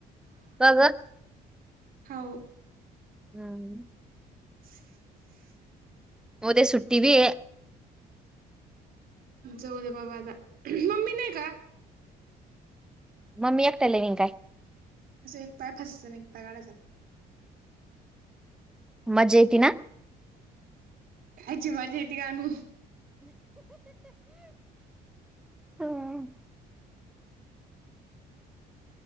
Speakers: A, in the centre; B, on the right.
A: का गं?
B: हो.
A: हम्म
B: <unintelligible>
A: म उद्या सुट्टी बी हे
B: जाऊ दे बाबा आता, मम्मी नाही का?
A: म मी एकट्या लेविंग काय
B: अस एक पाय फस आणि एक पाय काढायचा.
A: मजा येते ना
B: कायची मजा येती आनु
A: हम्म